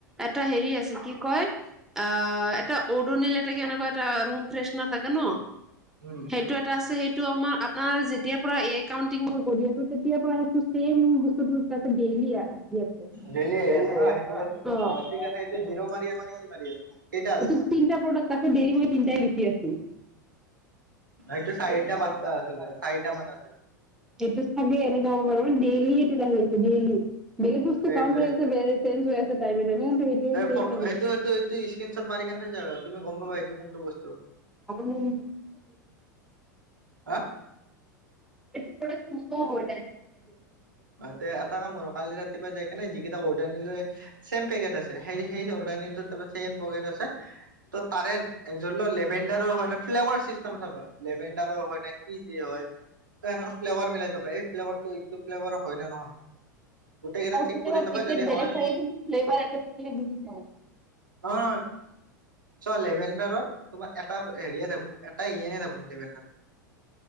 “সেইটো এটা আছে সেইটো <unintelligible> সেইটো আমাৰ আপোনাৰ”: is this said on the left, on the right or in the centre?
Centre